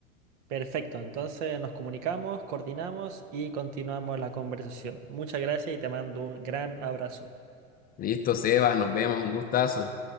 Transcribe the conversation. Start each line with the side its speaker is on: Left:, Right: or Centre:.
Right: Perfecto, entonces nos comunicamos, coordinamos y continuamos la conversación. Muchas gracias y te mando un gran abrazo.
Left: listo, Sebas, nos vemos, un gustazo.